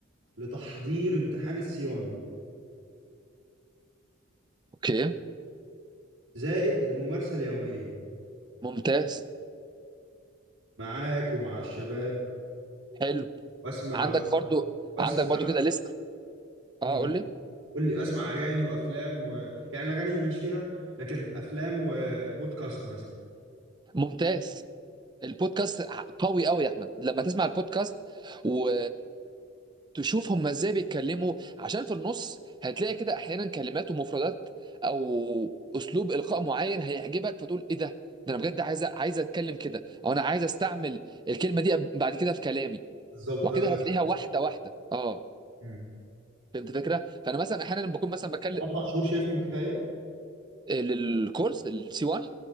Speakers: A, on the right; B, on the right.
A: لتحضير امتحان السي 1
B: اوكي
A: زائد الممارسة اليومية
B: ممتاز
A: معاك ومع الشباب
B: حلو
A: واسمع
B: عندك
A: و-
B: برضو
A: واسمع
B: عندك برضو كده لسه
A: مم.
B: اه قول لي
A: قول لي اسمع اغاني وافلام و... يعني الاغاني دي ماليش فيها لكن افلام وبودكاست مثلا
B: ممتاز البودكاست قوي قوي يا احمد لما تسمع البودكاست و تشوف هم ازاي بيتكلموا عشان في النص هتلاقي كده احيانا كلمات ومفردات او اسلوب القاء معين هيعجبك فتقول ايه ده ده انا بجد عايز عايز اتكلم كده او انا عايز استعمل الكلمه دي بعد كده في كلامي
A: بالظبط
B: وكده
A: ده اللي
B: هتلاقيها بالظبط واحده واحده اه
A: مم.
B: فهمت الفكره فانا مثلا احيانا بكون مثلا بتكلم
A: اربع شهور شايفهم كفايه
B: آه، للكورس السي 1